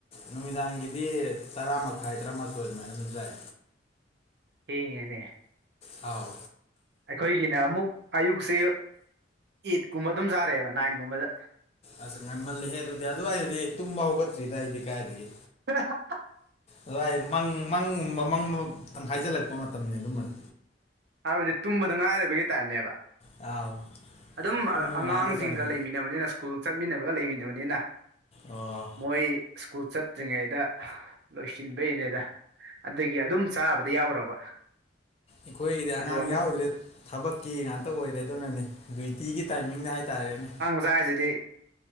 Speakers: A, on the left; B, on the right.
A: ꯅꯨꯃꯤꯗꯥꯡꯒꯤꯗꯤ ꯇꯔꯥ ꯃꯈꯥꯏ ꯇꯔꯥꯃꯥꯊꯣꯏ ꯑꯗꯨꯃꯥꯏꯅ ꯑꯗꯨꯝ ꯆꯥꯏ
B: ꯊ‌ꯦꯡꯉꯦꯅꯦ
A: ꯑꯥꯎ
B: ꯑꯩꯈꯣꯏꯒꯤꯅ ꯑꯃꯨꯛ ꯑꯌꯨꯛꯁꯦ ꯑꯩꯠ ꯀꯨꯝꯕ ꯑꯗꯨꯝ ꯆꯥꯔꯦꯕ ꯅꯥꯏꯟꯒꯨꯝꯕꯗ
A: ꯑꯁ ꯉꯝꯃꯜꯜꯂꯤꯍꯦ ꯑꯗꯨꯗꯤ ꯑꯗꯨꯋꯥꯏꯗꯗꯤ ꯇꯨꯡꯕꯥꯎꯒꯠꯇ꯭ꯔꯤꯗ ꯑꯩꯗꯤ ꯀꯥꯏꯗꯒꯤ
B: ꯍ
A: ꯑꯗꯨꯏ ꯃꯪ ꯃꯪꯒꯨꯝꯕ ꯃꯪ ꯑꯃꯇꯪ ꯇꯪꯈꯥꯏꯆꯜꯂꯛꯄ ꯃꯇꯝꯅꯤ ꯑꯗꯨꯃꯗꯨ
B: ꯍꯥꯏꯕꯗꯤ ꯇꯨꯝꯕꯗ ꯉꯥꯏꯔꯕꯒꯤ ꯇꯥꯏꯞꯅꯦꯕ
A: ꯑꯥꯎ
B: ꯑꯗꯨꯝ
A: ꯇꯨꯝꯕ ꯅꯨꯡꯉꯥꯏꯕ
B: ꯑꯉꯥꯡꯁꯤꯡꯒ
A: ꯃꯇꯝꯅꯤ
B: ꯂꯩꯃꯤꯟꯅꯅꯕꯅꯤꯅ ꯏꯁ꯭ꯀꯨꯜ ꯆꯠꯃꯤꯟꯅꯕꯒ ꯂꯩꯃꯤꯟꯅꯕꯅꯤꯅ
A: ꯑꯣ
B: ꯃꯣꯏ ꯏꯁ꯭ꯀꯨꯜ ꯆꯠꯇ꯭ꯔꯤꯉꯩꯗ ꯂꯣꯏꯁꯤꯟꯕꯩꯅꯦꯗ ꯑꯗꯨꯒꯤ ꯑꯗꯨꯝ ꯆꯥꯕꯗ ꯌꯥꯎꯔꯕ
A: ꯑꯩꯈꯣꯏꯒꯤꯗꯤ ꯑꯉꯥꯡ
B: ꯑꯗꯨꯒ ꯑꯃꯨꯛ
A: ꯌꯥꯎꯗ꯭ꯔꯦ ꯊꯕꯛꯀꯤ ꯉꯥꯛꯇ ꯑꯣꯏꯔꯦ ꯑꯗꯨꯅꯅꯤ ꯑꯗꯨꯏ ꯇꯤꯒꯤ ꯇꯥꯏꯃꯤꯡꯗ ꯍꯥꯏꯇꯥꯔꯦꯅꯦ
B: ꯑꯣꯖꯥ ꯍꯥꯏꯁꯤꯗꯤ